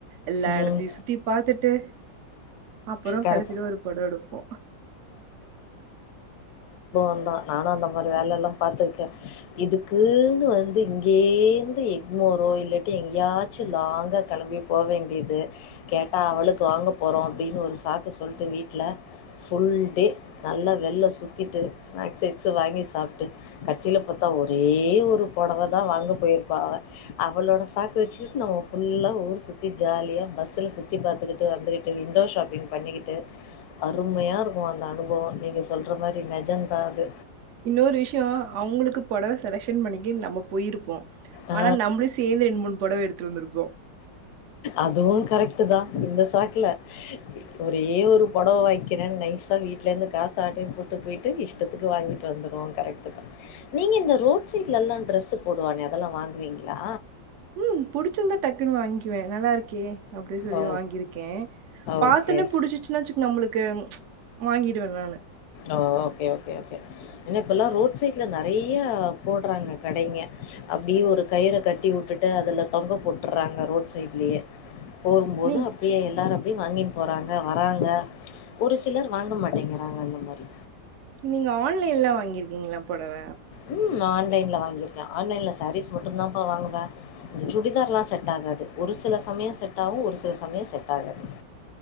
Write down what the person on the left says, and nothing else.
ம்
கரெக்ட்
தா நானு அந்த மாரி வேலல்லா பாத்துருக்கே இதுக்குன்னு வந்து இங்கேந்து எங் ஒரு இல்லாட்டி எங்கயாச்சு லாங்கா கெளம்பி போ வேண்டியது கேட்டா அவளுக்கு வாங்கப் போறோ அப்டின்னு ஒரு சாக்கு சொல்ட்டு வீட்ல ஃபுல் தி நல்லா வெள்ள சுத்திட்டு ஸ்னாகஸ் இக்ஸு வாங்கி சாப்ட்டு கட்சீல பாத்தா ஒரே ஏ ஒரு பொடவாதா வாங்க போயிருப்பா அவ அவளோட சாக்கு வெச்சுக்கிட்டு நா ஃபுல்லா ஊர் சுத்தி ஜா நல்லா பஸ்ஸுல சுத்தி பாத்துக்கிட்டு வந்துகிட்டு விண்டோ ஷாப்பிங் பண்ணிக்கிட்டு அருமையா இருக்கு அந்த அனுபவம். நீங்க சொல்ற மாரி நெஜந்தா அது
ஆ
அதுவு கரெக்ட்டுதா இந்த சாக்குல ஒரே ஒரு பொடவ வாய்ங்க்கிறன் நைஸா வீட்லருந்து காஸ ஆட்டயப் போட்டு போய்ட்டு இஷ்டத்துக்கு வாங்கிட் ட்டு வந்துருவோ கரெக்ட்டுதா நீங்க எந்த ரோட் சைட்லல்லா ட்ரெஸ்ஸு போடுவானே அதெல்லா வாங்குவீங்ளா
ஓ!
ஓகே.
ஓ ஓகே ஓகே ஓகே ஏனா இப்பல்லா ரோட் சைட்ல நறையா போட்றாங்க கடைங்க அப்டியே ஒரு கயிற கட்டி உட்டுட் ட்டு அதுல தொங்க போட்ர்றாங்க ரோட் சைட்லயே போரும் போது
அப்டியே எல்லாரு அப்டியே வாங்கின் போறாங்க வராங்க ஒரு சிலர் வாங்க மாட்டேங்கிறாங்க அந்த மாரி
ம் நான் ஆன்லைன்ல வாங்கிருக்க ஆன்லைன்ல சாரீஸ் மட்டுந்தாம்ப்பா வாங்குவ இந்த சுடிதார்லா செட்டாகாது ஒரு சில ச சமயோ செட் ஆவு ஒரு சில சமயோ செட் ஆகாது